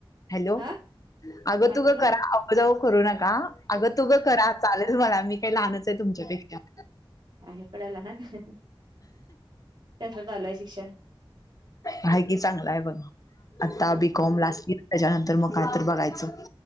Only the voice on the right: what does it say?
हा
काय
म्हटला
आहेत म्हणा लहान. कसं ए शिक्षण?
ह
ह